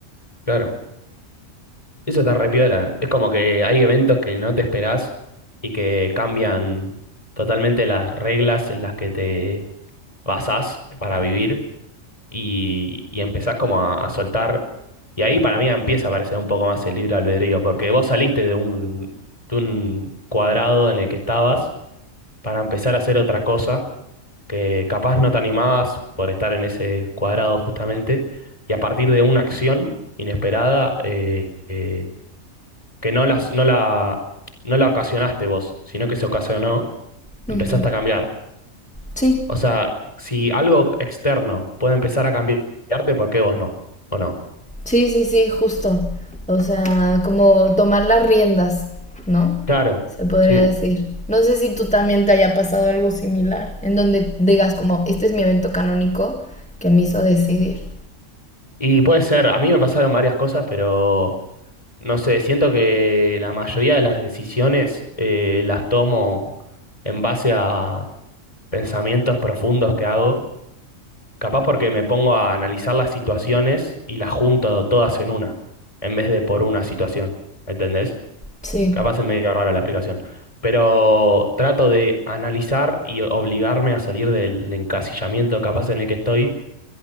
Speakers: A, on the left; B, in the centre.
A: claro. Eso está re piola. Es como que hay eventos que no te esperás y que cambian totalmente las reglas en las que te basás para vivir y, y empezás como a, a soltar. Y ahí para mí empieza a aparecer un poco más el libre albedrío, porque vos saliste de un, de un cuadrado en el que estabas para empezar a hacer otra cosa que capaz no te animabas por estar en ese cuadrado justamente, y a partir de una acción inesperada eh, eh, que no las, no la, no la ocasionaste vos, sino que se ocasionó, empezaste
B: Ujú.
A: a cambiar.
B: Sí.
A: O sea, si algo externo puede empezar a cambiarte, ¿por qué vos no? ¿O no?
B: Sí, sí, sí, justo. O sea, como tomar las riendas, ¿no?
A: Claro,
B: Se podría
A: sí.
B: decir. No sé si tú también te haya pasado algo similar, en donde digas como, este es mi evento canónico que me hizo decidir.
A: Y puede ser, a mí me pasaron varias cosas, pero no sé, siento que la mayoría de las decisiones eh, las tomo en base a pensamientos profundos que hago, capaz porque me pongo a analizar las situaciones y las junto todas en una, en vez de por una situación, ¿entendés?
B: Sí.
A: Capaz es medio raro la explicación, pero trato de analizar y obligarme a salir del encasillamiento capaz en el que estoy